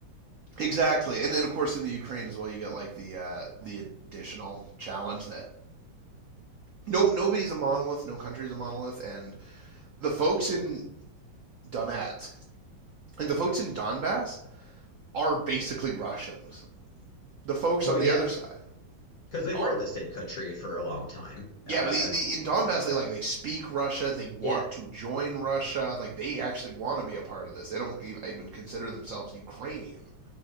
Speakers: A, on the right; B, on the left.
A: Exactly. And then of course in the Ukraine as well, you get like the uh, the additional challenge that no nobody's a monolith, no country's a monolith, and the folks in Donetsk, like the folks in Donbass, are basically Russians. The folks
B: Well,
A: on the
B: yeah,
A: other side
B: because they
A: are
B: were the same country for a long time. Uh,
A: yeah, but the, the in Donbass they like they speak Russia, they want
B: yeah,
A: to join Russia, like they actually want to be a part of this. They don't e- even consider themselves Ukrainian.